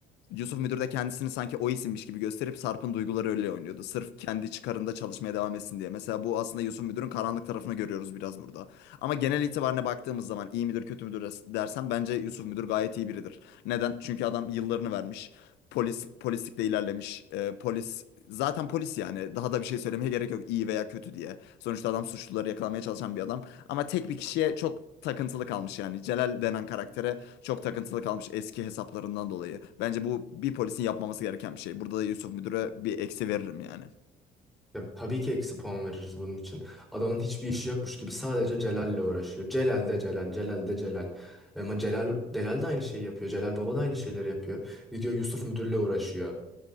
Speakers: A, on the left; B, in the centre.
A: Yusuf Müdür de kendisini sanki o isimmiş gibi gösterip Sarp'ın duyguları öyle oynuyordu. Sırf kendi çıkarında çalışmaya devam etsin diye. Mesela bu aslında Yusuf Müdür'ün karanlık tarafını görüyoruz biraz burada. Ama genel itibarına baktığımız zaman iyi midir kötü müdür dersen bence Yusuf Müdür gayet iyi biridir. Neden? Çünkü adam yıllarını vermiş polis polislikle ilerlemiş. Ee, polis zaten polis yani daha da bir şey söylemeye gerek yok iyi veya kötü diye. Sonuçta adam suçluları yakalamaya çalışan bir adam ama tek bir kişiye çok takıntılı kalmış yani. Celal denen karaktere çok takıntılı kalmış eski hesaplarından dolayı. Bence bu bir polisin yapmaması gereken bir şey. Burada da Yusuf Müdür'e bir eksi veririm yani.
B: Ya, tabii ki eksi puan veririz bunun için. Adamın hiçbir işi yokmuş gibi sadece Celal'le uğraşıyor. Celal de Celal, Celal de Celal. Ama Celal, Delal de aynı şeyi yapıyor. Celal Baba da aynı şeyleri yapıyor. Gidiyor Yusuf Müdür'le uğraşıyor.